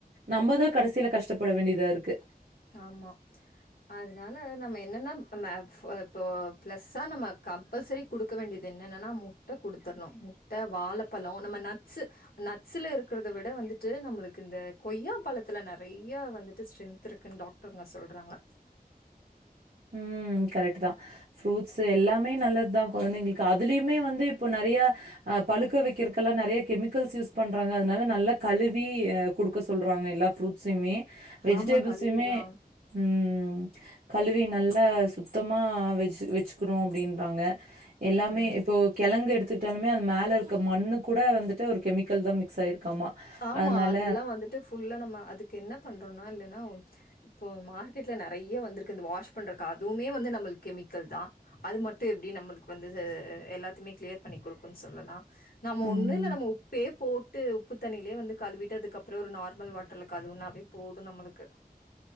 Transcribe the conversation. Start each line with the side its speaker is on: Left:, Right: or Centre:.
Right: நம்மதான் கடைசியில கஷ்டப்பட வேண்டியதா இருக்கு
Left: ஆமா அதனால நம்ம என்னன்னா இப்போ பிளஸ்ஸா நம்ம கம்பல்சரி குடுக்க வேண்டியது என்னன்னன்னா முட்டை குடுடுத்தடணும் முட்டை வாழைப்பழம் நம்ம நட்ஸ் நட்ஸ்ல இருக்கதை விட வந்துட்டு நம்மளுக்கு இந்த கொய்யா பழத்துல நிறைய வந்துட்டு ஸ்ட்ரென்த் இருக்குன்னு டாக்டருங்க சொல்றாங்க
Right: உம் கரெக்ட் தான் ஃரூட்ஸ் ஸ் எல்லாமே நல்லது தான் குழந்தைங்களுக்கு அதுலயுமே வந்து இப்ப நிறைய ஹா பழுக்க வைக்கிறதுக்கெல்லாம் நிறைய கெமிக்கல்ஸ் யூஸ் பண்றாங்க அதனால நல்லா கழுவி அ கொடுக்க சொல்றாங்க எல்லா ஃப்ரூட்ஸுமே வெஜிடேபிள்ஸமே
Left: ஆமா கழுவிதா
Right: உம் கழுவின் நல்லா சுத்தமா வெச்சி வெச்சிகாணும் அப்படின்றாங்க எல்லாமே
Left: ம்
Right: இப்போ கிழங்கு எடுத்து எடுத்துகிட்டாலமே அந்த மேல இருக்க மண்ணு கூட வந்துட்டு ஒரு கெமிக்கல் தான் மிக்ஸ் ஆயிருக்காமா.
Left: ஆமா
Right: அதனால
Left: அதெல்லாம் வந்துட்டு ஃபுல்லா நம்ம அதுக்கு என்ன பண்றோம்னா இல்ல இப்போ மார்க்கெட்ல நிறைய வந்திருக்கு இந்த வாஷ் பண்றக்கு அதுவுமே வந்து நம்ம கெமிக்கல் தான் அது மட்டும் எப்டி நம்மளுக்கு வந்து எல்லாத்தையுமே கிளியர் பண்ணி் கொடுக்கும்ன்னு சொல்லலாம் நம்ம
Right: ம்,
Left: ஒண்ணும் இல்லை நம்ம உப்பே போட்டு உப்புதண்ணிலே வந்து கழுவிட்டு அதுக்கப்புறம் ஒரு ந நார்மல்வாட்டர்ல கழுவுனாலே போதும் நம்மளுக்கு